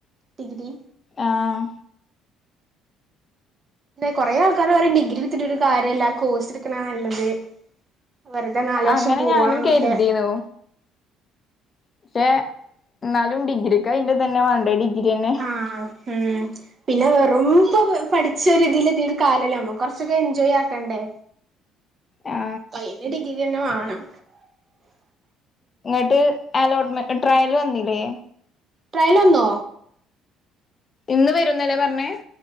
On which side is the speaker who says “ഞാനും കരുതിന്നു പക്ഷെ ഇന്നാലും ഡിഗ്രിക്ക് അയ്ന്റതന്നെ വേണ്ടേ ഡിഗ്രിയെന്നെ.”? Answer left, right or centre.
Left